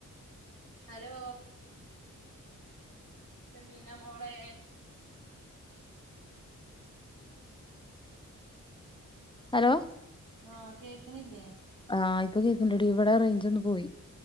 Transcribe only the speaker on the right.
ആരോ സമീനമോളെ
ആ കേക്കണീല്ലേ?